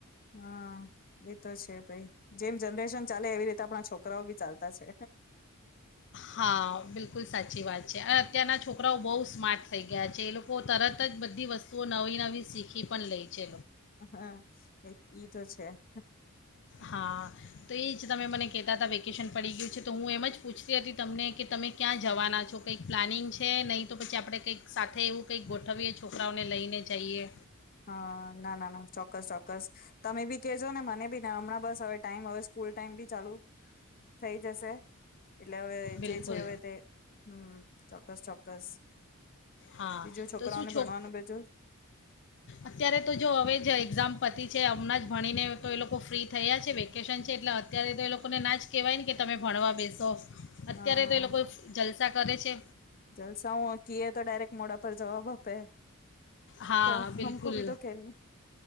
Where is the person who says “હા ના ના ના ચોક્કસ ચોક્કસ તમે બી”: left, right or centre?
Left